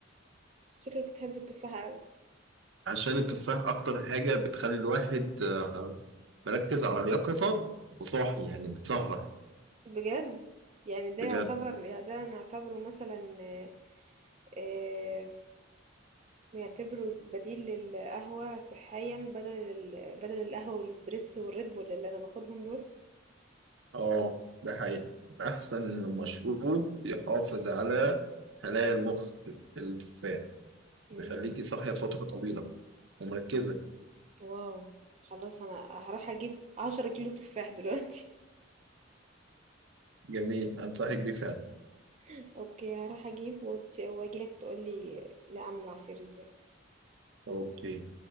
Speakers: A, on the right; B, on the right.
A: شكلك بتحب التفاح اوي
B: عشان التفاح اكتر حاجه بتخلي الواحد آه، مركز على اليقظه وصاحي يعني بتسهر
A: بجد يعني ده
B: بجد
A: يعتبر يعني ده نعتبره مثلا آه، آه، نعتبره بديل للقهوة صحيا بدل ال- بدل القهوة والاسبريسو والريد بول اللي انا باخدهم دول
B: اه ده حقيقي أحسن مشروب يحافظ على خلايا المخ التفاح
A: مم.
B: بيخليكي صاحية فترة طويلة ومركزة
A: واو خلاص انا هروح اجيب عشرة كيلو تفاح دلوقتي
B: جميل أنصحك بيه فعلا
A: <laughs> اوكي هروح اجيب وت- واجيلك تقولي نعمل العصير ازاي
B: أوكي